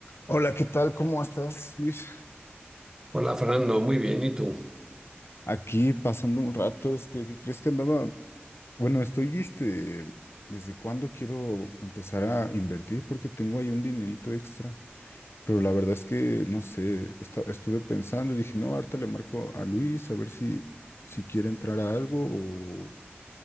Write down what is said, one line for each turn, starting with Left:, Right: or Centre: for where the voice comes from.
Left: Hola, ¿qué tal? ¿Cómo estás, Luis?
Right: Hola Fernando, muy bien, ¿y tú?
Left: Aquí pasando un rato, este, ¿qué crees que andaba? Bueno, estoy, este, ¿desde cuándo quiero empezar a invertir? Porque tengo ahí un dinerito extra, pero la verdad es que, no sé, esta- estuve pensando y dije, no, ahorita le marco a Luis a ver si, si quiere entrar a algo